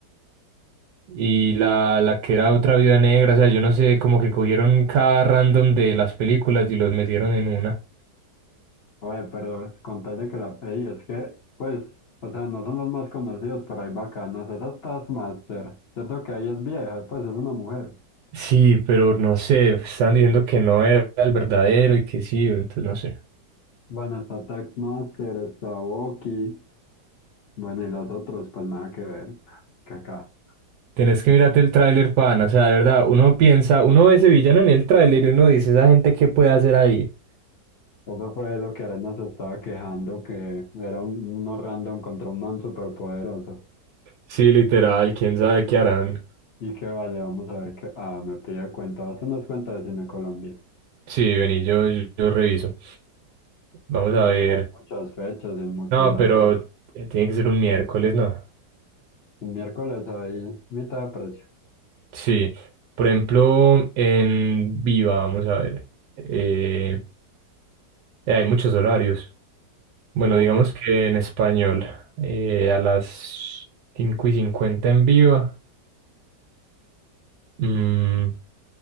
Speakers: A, on the right (about 70°); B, on the left (about 70°).
A: Y la, la que era otra viuda negra, o sea, yo no sé, como que cogieron cada random de las películas y los metieron en una.
B: Oye, pero con tal de que la... Ey, es que, pues, o sea, no son los más conocidos, pero hay bacanas. Esa es Taskmaster, ¿cierto que ahí es vieja? Pues es una mujer.
A: Sí, pero no sé, estaban diciendo que no era el verdadero y que sí, entonces no sé.
B: Bueno, está Taskmaster, está Boki, bueno, y los otros, pues nada que ver, que acá.
A: Tenés que mirarte el tráiler, pana, o sea, de verdad, uno piensa, uno ve ese villano en el tráiler y uno dice, esa gente, ¿qué puede hacer ahí?
B: Eso fue lo que Arena se estaba quejando, que era un, uno random contra un man superpoderoso.
A: Sí, literal, quién sabe qué harán.
B: Y que vale, vamos a ver qué... Ah, me pide cuenta, hacernos cuenta de Cine Colombia,
A: Sí, vení, yo, yo, yo reviso. Vamos a
B: porque
A: ver.
B: hay muchas fechas y en muchos
A: No,
B: lados.
A: pero eh, tiene que ser un miércoles, ¿no?
B: El miércoles hay mitad de precio.
A: Sí, por ejemplo, en Viva, vamos a ver, eh, eh, hay muchos horarios. Bueno,
B: Uf.
A: digamos que en español, eh, a las 5 y 50 en Viva, mm,